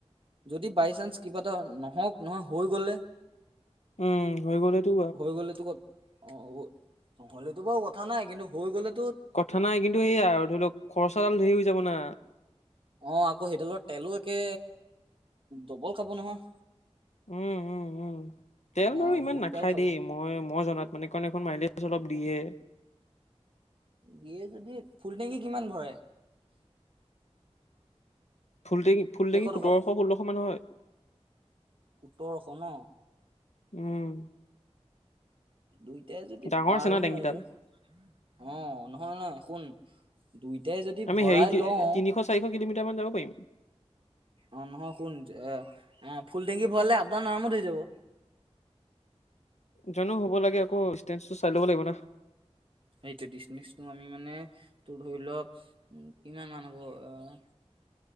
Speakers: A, on the right; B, on the left.
A: যদি বাইচানস কিবা এটা নহক নহয় হৈ গলে।
B: উম, হৈ গ'লে তো
A: হৈ গ'লেতো ক'ত অ, নহ'লেতো বাৰু কথা নাই কিন্তু হৈ গ'লে
B: কথা নাই কিন্তু সেয়া আৰু ধৰি লওক খৰচাডাল ধেৰ হৈ যাব না।
A: অ', আকৌ সেইডালৰ তেলো একে দবল খাব নহয়।
B: উম, উম, উম, তেল
A: বা
B: বাৰু ইমান
A: বহুত
B: নাখায়
A: তেল খাব
B: দেই মই-মই জনাত মানে কাৰণ এইখন মাইলেজ অলপ দিয়ে।
A: দিয়ে যদি ফুল টেংকি কিমান ভৰাই?
B: ফুল টেঙি ফুলটেঙি
A: কেইশ
B: সোতৰশ
A: টকা
B: ষোলশ মান হয়।
A: সোতৰশ ন।
B: উম,
A: দুইটাই যদি
B: ডাঙৰ
A: পাৰোঁ
B: আছে না টেংকিডাল
A: অ', নহয় নহ শুন। দুইটাই যদি
B: আমি
A: ভৰাই
B: হেৰি
A: লওঁ
B: তিনিশ চাৰিশ কিলোমিটাৰ মান যাব পাৰিম।
A: অ', নহয় শুন এ ফুল টেংকি ভৰালে আপডাউন আৰামত হৈ যাব। <inaudible>
B: জানো হ'ব লাগে আকৌ ডিষ্টেন্সটো চাই ল'ব লাগিব ন।
A: সেইটো ডিচমিচটো আমি মানে, তোৰ ধৰি ল' কিমান মান হ'ব আ,